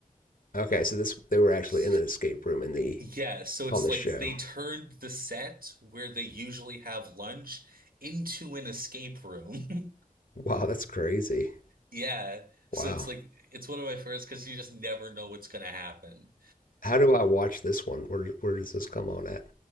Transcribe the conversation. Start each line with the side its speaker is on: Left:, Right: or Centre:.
Left: Okay, so this they were actually
Right: S-
Left: in an escape room in the
Right: Yeah, so it's
Left: on the
Right: like
Left: show.
Right: they turned the set where they usually have lunch into an escape room.
Left: Wow, that's crazy.
Right: Yeah. So
Left: Wow.
Right: it's like it's one of my first because you just never know what's gonna happen.
Left: How do I watch this one? Where where does this come on at?